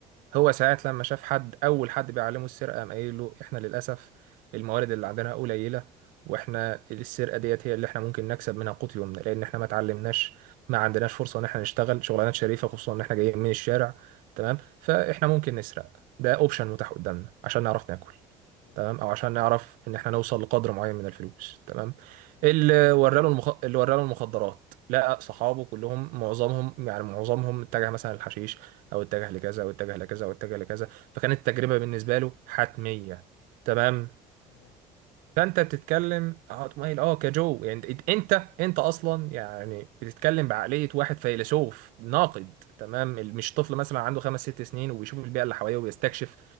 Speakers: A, on the right; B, on the left.
A: هو ساعات لما شاف حد اول حد بيعلمه السرقه قام قايل له احنا للاسف الموارد اللي عندنا قليله واحنا السرقه ديت هي اللي احنا ممكن نكسب منها قوت يومنا لان احنا ما اتعلمناش ما عندناش فرصه ان احنا نشتغل شغلانات شريفه خصوصا ان احنا جايين من الشارع تمام فاحنا ممكن نسرق ده اوبشن متاح قدامنا عشان نعرف ناكل
B: ماشي
A: تمام او عشان نعرف ان احنا نوصل لقدر معين من الفلوس تمام
B: تمام
A: اللي وراله المخ... اللي وراله المخدرات لقى صحابه كلهم معظمهم يعني معظمهم اتجه مثلا للحشيش او اتجه لكذا او اتجه لكذا او اتجه لكذا فكانت التجربه بالنسبه له حتميه تمام
B: تمام
A: فانت بتتكلم اه مايل اه كجو يعني انت انت انت اصلا يعني بتتكلم بعقليه واحد فيلسوف ناقد تمام ال- مش طفل مثلا عنده خمس ست سنين وبيشوف البيئه اللي حواليه وبيستكشف